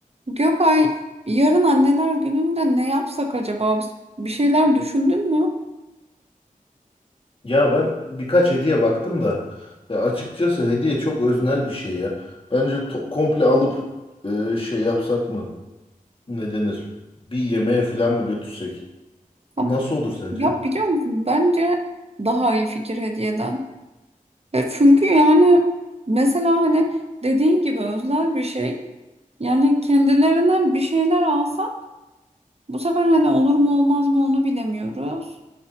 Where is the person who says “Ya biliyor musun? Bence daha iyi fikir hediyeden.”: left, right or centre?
Right